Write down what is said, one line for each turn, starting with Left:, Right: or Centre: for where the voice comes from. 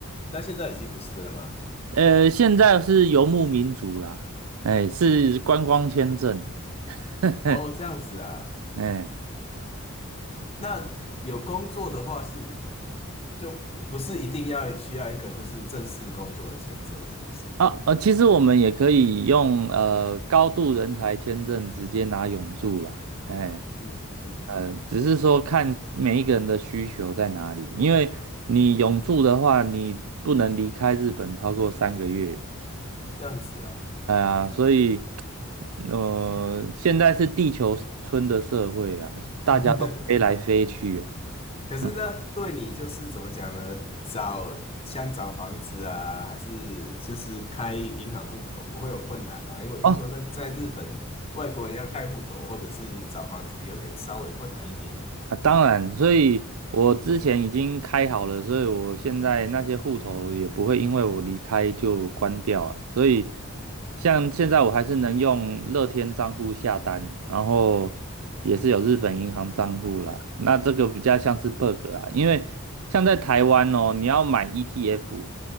Left: 那现在已经不是了吗？
Right: 呃，现在是游牧民族啦，哎，是观光签证，<laughs>
Left: 哦，这样子啊。
Right: 哎，
Left: 那有工作的话是就不是一定要需要一个就是正式工作的签证，是不是？
Right: 啊，呃，其实我们也可以用呃高度人才签证直接拿永住啦，哎，
Left: 嗯嗯嗯，
Right: 嗯，呃只是说看每一个人的需求在哪里，因为你永住的话，你不能离开日本超过三个月，
Left: 这样子啊。
Right: 哎呀，所以，呃，现在是地球村的社会啊，大家都飞来飞去啊。
Left: <laughs> 可是呢，
Right: 嗯
Left: 对你就是怎么讲呢？找像找房子啊，还是就是开银行户头，不会有困难吗？因为我听说那在日本，
Right: 哦。
Left: 外国人要开户头或者是找房子，有点稍微困难一点。
Right: 啊，当然，所以我之前已经开好了，所以我现在那些户头也不会因为我离开就关掉啊。所以像现在我还是能用乐天账户下单，然后也是有日本银行账户啦。那这个比较像是 bug 啊，因为像在台湾哦，你要买 ETF。